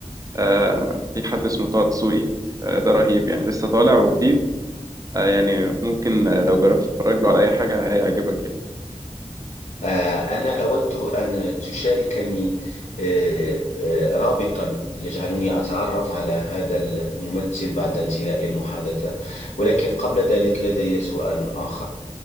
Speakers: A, on the right (about 30°); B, on the left (about 80°).
A: آه، في حد اسمه طه دسوقي آه، ده رهيب يعني لسه طالع وجديد آه يعني ممكن آه، لو جربت تتفرج له على اي حاجه هيعجبك يعني
B: آه، أنا أود أن تشاركني آه، آه، رابطا يجعلني أتعرف على هذا الممثل بعد انتهاء المحادثة ولكن قبل ذلك لدي سؤال آخر